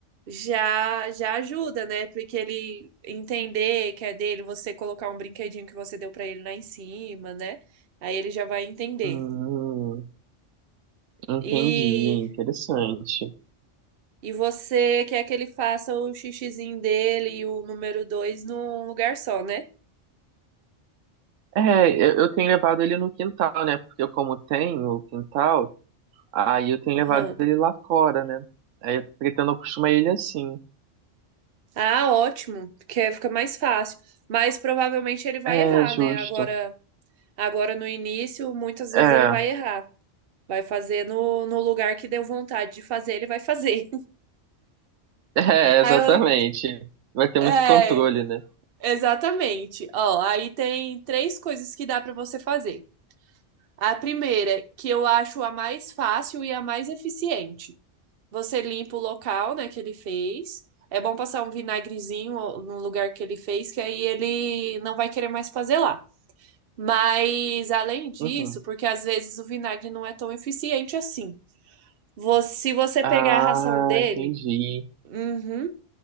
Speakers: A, on the right (about 55°); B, on the right (about 85°).
A: já já ajuda, né? Porque ele entender que é dele, você colocar um brinquedinho que você deu pra ele lá em cima, né? Aí ele já vai entender.
B: Hum, entendi,
A: E
B: interessante.
A: e você quer que ele faça o xixizinho dele e o número dois num lugar só, né?
B: É, eu, eu tenho levado ele no quintal, né? Porque eu, como tenho o quintal, aí eu tenho
A: Aham.
B: levado ele lá fora, né? Aí eu pretendo acostumar ele assim.
A: Ah, ótimo, porque fica mais fácil. Mas provavelmente ele vai
B: É,
A: errar,
B: justo.
A: né? Agora, agora no início, muitas vezes
B: É,
A: ele vai errar. Vai fazer no, no lugar que deu vontade de fazer, ele vai fazer.
B: <laughs> é,
A: <laughs>
B: exatamente.
A: Aí eu,
B: Vai ter
A: é,
B: muito controle, né?
A: Exatamente. Ó, aí tem três coisas que dá para você fazer. A primeira, que eu acho a mais fácil e a mais eficiente. Você limpa o local, né, que ele fez. É bom passar um vinagrezinho no lugar que ele fez, que aí ele não vai querer mais fazer lá. Mas além disso,
B: Uhum.
A: porque às vezes o vinagre não é tão eficiente assim. Vo- se você pegar
B: Ah,
A: a ração dele,
B: entendi.
A: uhum,